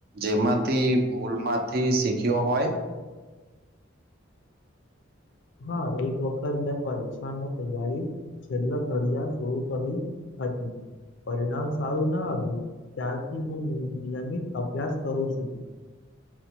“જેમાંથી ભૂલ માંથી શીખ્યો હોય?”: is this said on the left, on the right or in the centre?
Right